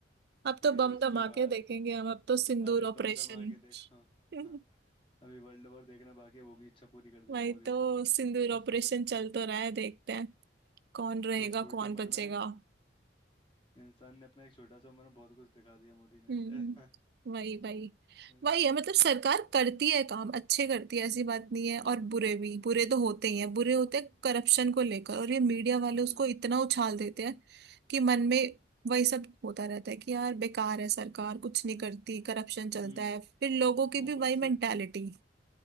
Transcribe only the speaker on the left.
फिर
उसके
बाद
अभी
बम धमाके देखो
हाँ, अभी वर्ल्ड वॉर देखना बाकी है वो भी इच्छा पूरी कर देगा
मोदी
<laughs>
एक छोटी
उम्र
में इंसान ने अपना एक छोटा सा उम्र में बहुत कुछ दिखा दिया मोदी ने
<laughs>
वही
तो
हम्म
हम्म
हम्म
ऊपर
से